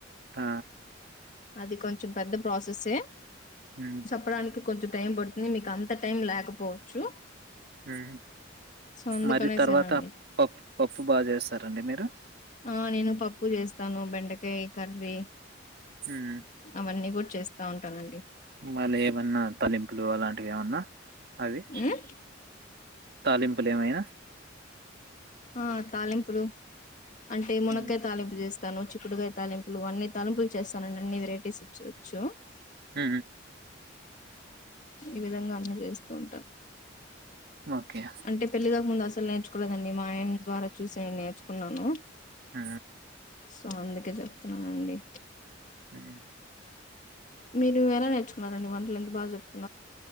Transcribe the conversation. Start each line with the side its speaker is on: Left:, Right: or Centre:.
Right: ఆ
Left: అది కొంచెం పెద్ద ప్రాసెసే
Right: హ్మ్
Left: చెప్పడానికి కొంచెం టైం బడుతు కాని మీకు అంత టైం లేకపోవచ్చు.
Right: ఉమ్
Left: సో అందుకనేసేనండి
Right: మరి తర్వాత పప్పు పప్పు బాగా చేస్తారండి మీరు
Left: ఆ నేను పప్పు చేస్ తాను బెండకాయ కర్రీ
Right: హ్మ్
Left: అవన్నీ కూడా చేస్తా ఉంటానండి.
Right: మళ్ళీ ఏమన్నా తలింపులు అలాంటివి ఏమన్నా అవి
Left: ఉమ్
Right: తాలింపులు ఏమైనా
Left: ఆ తాలింపులు అంటే మునక్కాయ
Right: హ్మ్
Left: తాలింపు చేస్తాను, చిక్కుడుకాయ తాలింపులు, అన్ని తాలింపులు చేస్తానండి అన్ని వెరైటీస్ వచ్చు. చో
Right: ఉ
Left: ఈ విధంగా అన్నీ చేస్తుంటా
Right: ఓకే
Left: అంటే పెళ్లికాక ముందు అసలు నేర్చుకోలేదండి మా ఆయన ద్వారా చూసి నేను నేర్చుకున్నాను
Right: ఉ
Left: సో అందుకే చెప్తున్నానండి
Right: ఉ
Left: మీరు ఎలా నేర్చుకున్నారండి వంటలు ఎంత బాగా చెప్